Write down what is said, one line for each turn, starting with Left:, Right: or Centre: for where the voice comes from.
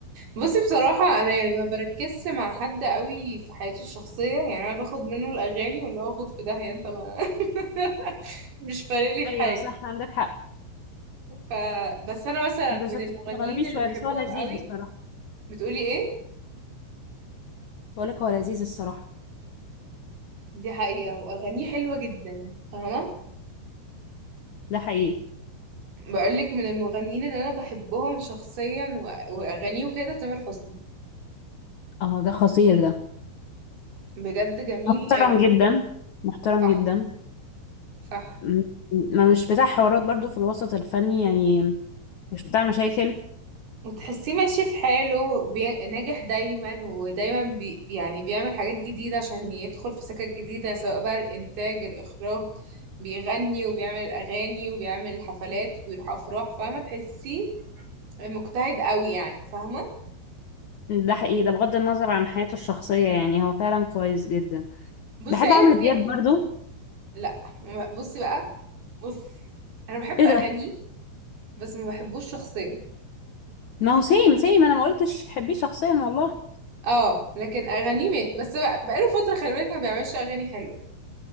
Right: بصي بصراحة أنا يعني ما بركزش مع حد قوي في حياته الشخصية يعني أنا باخد منه الأغاني واللي هو خد في داهية أنت ما <laughs> مش فارق لي في
Left: ايوه
Right: حاجة
Left: صح عندك حق
Right: ف بس أنا مثلا
Left: بس
Right: من
Left: بتستغربيه
Right: المغنيين
Left: شويه
Right: اللي بحبهم
Left: بس هو لذيذ
Right: قوي
Left: بصراحه
Right: بتقولي ايه
Left: بقول لك هو لذيذ الصراحه
Right: دي حقيقة واغانيه حلوة جدا فاهمة
Left: ده حقيقي
Right: بقولك من المغنيين اللي انا بحبهم شخصيا و- واغانيه وكده تامر حسني
Left: اه ده خطير ده
Right: بجد جميل
Left: محترم
Right: قوي
Left: جدا محترم
Right: صح
Left: جدا
Right: صح
Left: م- ما مش بتاع حوارات برضو في الوسط الفني يعني مش بتاع مشاكل
Right: وتحسيه ماشي في حاله بي... ناجح دايما ودايما بي... يعني بيعمل حاجات جديدة عشان يدخل في سكك جديدة سواء بقى الإنتاج الإخراج بيغني وبيعمل أغاني وبيعمل حفلات وبيروح أفراح فاهمة تحسيه مجتهد قوي يعني فاهمة
Left: ده حقيقي ده بغض النظر عن حياته الشخصية يعني هو فعلا كويس جدا
Right: بصي
Left: بحب
Right: أيا
Left: عمرو دياب
Right: كان
Left: برضو
Right: لا ما- بصي بقى بصي انا بحب
Left: ايه
Right: اغانيه
Left: ده
Right: بس ما بحبوش شخصيا
Left: ما هو سيم سيم انا ما قلتش حبيه شخصيا والله
Right: اه لكن اغانيه مات بس بقى بقاله فتره خلي بالك ما بيعملش اغاني حلوه